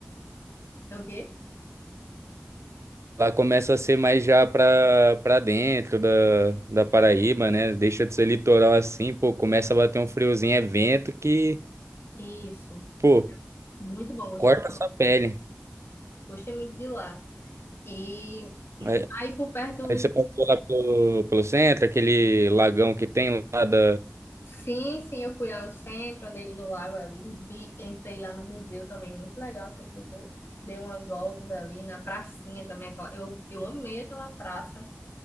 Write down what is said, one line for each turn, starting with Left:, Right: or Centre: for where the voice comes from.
Left: É o quê?
Right: Lá começa a ser mais já pra, pra dentro da, da Paraíba, né? Deixa de ser litoral assim, pô, começa a bater um friozinho, é vento que,
Left: Isso.
Right: pô,
Left: Muito bom, gostei,
Right: corta a sua pele.
Left: gostei muito de lá. E
Right: Aí
Left: Aí por perto,
Right: aí você passou lá pelo, pelo centro, aquele lagão que tem lá da.
Left: sim, sim, eu fui lá no centro, andei no lago ali, vi, entrei lá no museu também, muito legal aquele museu. Dei umas voltas ali na pracinha também, aquela, eu, eu amei aquela praça